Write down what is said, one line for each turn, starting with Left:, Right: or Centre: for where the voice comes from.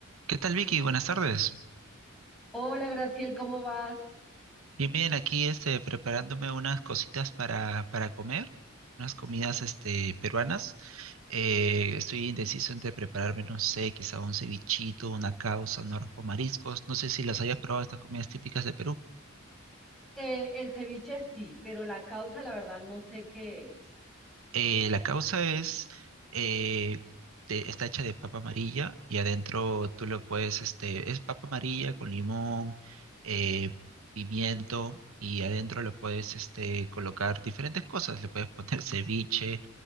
Right: ¿Qué tal, Vicky? Buenas tardes.
Centre: Hola, Graciel, ¿cómo vas?
Right: Bien, bien, aquí este, preparándome unas cositas para, para comer, unas comidas este, peruanas. Eh, estoy indeciso entre prepararme, no sé, quizá un cevichito, una causa, un arroz con mariscos. No sé si las hayas probado estas comidas típicas de Perú.
Centre: Eh, el ceviche sí, pero la causa, la verdad, no sé qué es.
Right: Eh, la causa es, eh, de- está hecha de papa amarilla y adentro tú lo puedes, este, es papa amarilla con limón, eh, pimiento y adentro lo puedes, este, colocar diferentes cosas. Le puedes poner <laughs> ceviche,